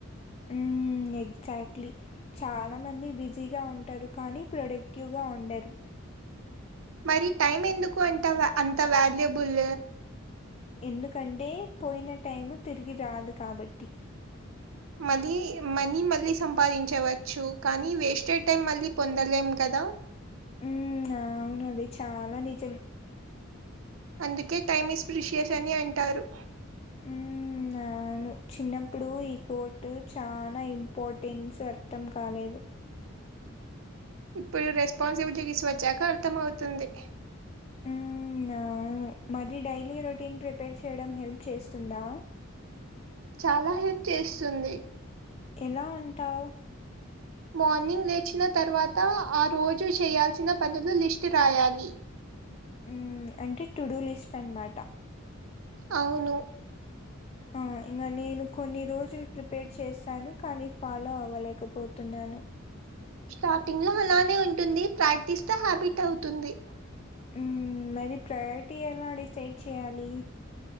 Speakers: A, on the left; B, on the right.
A: ఉమ్ ఎగ్జాక్ట్లీ చాలా మంది బిజీగా ఉంటారు కానీ ప్రొడక్టివ్గా ఉండరు
B: మరి టైం ఎందుకు అంటావ అంత వాల్యుబుల్
A: ఎందుకంటే పోయిన టైమ్ తిరిగి రాదు కాబట్టి
B: మళ్ళీ మనీ మళ్ళీ సంపాదించవచ్చు కానీ వేస్టేడ్ టైం మళ్ళీ పొందలేం కదా
A: ఉమ్ అవును ఆది చాలా నిజం
B: అందుకే టైమ్ ఎస్ప్రిషియస్ అని అంటారు
A: ఉమ్ అవును చిన్నప్పుడు ఈ కోర్ట్ చాలా ఇంపార్టెన్స్ అర్థం కాలేదు దు
B: ఇప్పుడు రెస్పాన్సిబిలిటీస్ వచ్చాక అర్థం అవుతుంది
A: హ్మ్మ్ ఉమ్ ఆ అవును డైలీ రొటీన్ ప్రిపేర్ చేయడం హెల్ప్ చేస్తుందా
B: చాలా హెల్ప్ చేస్తుంది
A: ఎలా అంటావ్
B: మార్నింగ్ లేచిన తర్వాత ఆ రోజు చేయాల్సిన పనులు లిస్ట్ రాయాలి
A: ఉమ్ అంటే టుడూ లిస్ట్ అనమాట
B: అవును
A: ఆ హ ఇంకా నేను కొన్ని రోజులు ప్రిపేర్ చేస్తాను కానీ ఫాలో అవ్వలేకపోతున్నాను
B: స్టార్టింగ్ లో అలానే ఉంటుంది ప్రాక్టీస్తే హ్యాబిట్ అవుతుంది
A: ఉమ్ మరి ప్రయారిటీ ఎలా డిసైడ్ చేయాలి